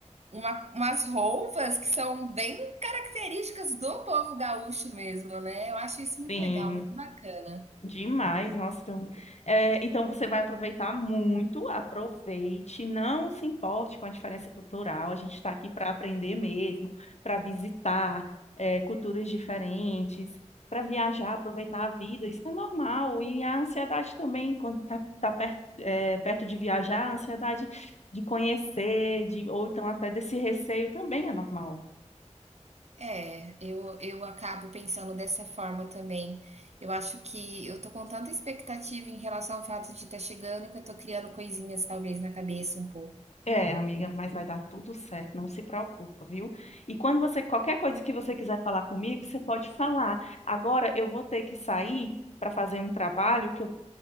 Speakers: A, on the right; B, on the left.
A: uma- umas roupas que são bem características do povo gaúcho mesmo, né? Eu acho isso muito
B: sim.
A: legal, muito bacana.
B: Demais, nossa. Então, é, então você vai aproveitar muito, aproveite, não se importe com a diferença cultural. A gente está aqui para aprender mesmo, para visitar, é, culturas diferentes, para viajar, aproveitar a vida. Isso é normal. E a ansiedade também, quando tá, tá perto, é, perto de viajar, a ansiedade de conhecer, de, ou então até desse receio também é normal.
A: É, eu, eu acabo pensando dessa forma também. Eu acho que eu tô com tanta expectativa em relação ao fato de estar chegando que eu tô criando coisinhas talvez na cabeça um pouco.
B: É, amiga, mas vai dar tudo certo, não se preocupa, viu? E quando você, qualquer coisa que você quiser falar comigo, você pode falar. Agora eu vou ter que sair para fazer um trabalho que eu,